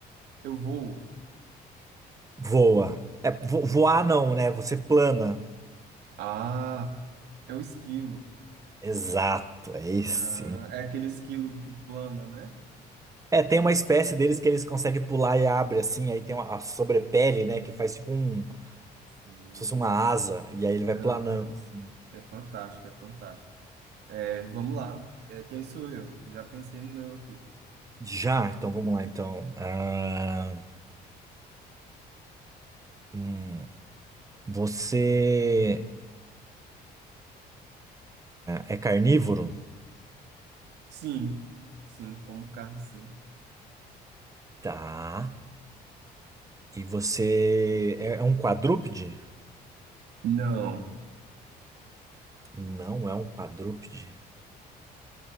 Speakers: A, on the right; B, on the right.
A: Eu vou.
B: Voa. É, vo- voar não, né? Você plana.
A: Ah, é o esquilo.
B: Exato, é esse.
A: Ah, é aquele esquilo que plana, né?
B: É, tem uma espécie deles que eles conseguem pular e abre assim, aí tem uma, a sobrepele, né, que faz tipo um, como
A: Sim.
B: se fosse uma asa, e aí ele vai
A: Aham.
B: planando assim.
A: É fantástico, é fantástico. É, vamos lá. É, quem sou eu? Já pensei no meu aqui.
B: Já, então vamos lá então. Ah, hum, você É carnívoro?
A: Sim, sim, como carne, sim.
B: Tá. E você é é um quadrúpede?
A: Não,
B: Não é um quadrúpede.